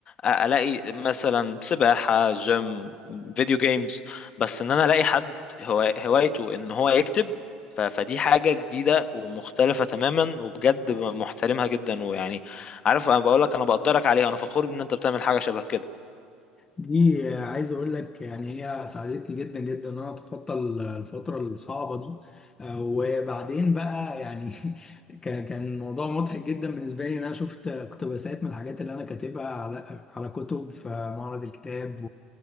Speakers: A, on the left; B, on the left.
A: أ- ألاقي مثلا سباحة جيم فيديو جيمز بس إن أنا ألاقي حد هوا- هوايته إن هو يكتب ف- فدي حاجة جديدة ومختلفة تماما وبجد محترمها جدا ويعني عارف أنا بقولك أنا بقدرك عليها أنا فخور بإن أنت بتعمل حاجة شبه كده
B: دي عايز اقول لك يعني هي ساعدتني جدا جدا ان انا اتخطى ال- الفتره الصعبه دي آه، وبعدين بقى يعني <laughs> كان كان موضوع مضحك جدا بالنسبه لي ان انا شفت اقتباسات من الحاجات اللي انا كاتبها على على كتب في معرض الكتاب